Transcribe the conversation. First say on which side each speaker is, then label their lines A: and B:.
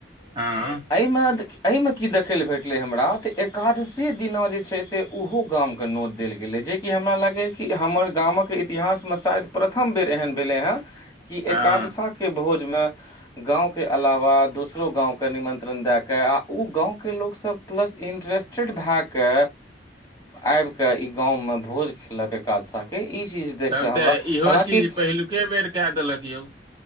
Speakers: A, on the right; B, on the left.
A: हँ
B: एहिमे एहीमे की देखेले भेटले हमरा त एकादशी दिना जे छै से उहो गाम के नोत देल गेले जेकि हमरा लागैए कि हमर गामक इतिहासमे शायद प्रथम बेर एहन भेलै हं की
A: हँ
B: एकादशा के भोज मे गाँंव के अलावा दोसरो गाँव के निमंत्रण देएके आ ओ गाँव के लोक सब प्लस इंट्रेस्टेड भेए के आब के इ गाँंवमे भोज खेलक एकाद सा के ई चीज देख
A: तब
B: कऽ
A: तऽ
B: हमरा
A: इहो
B: हालाँकि
A: चीज पहिलु के बेर कए देलक यौ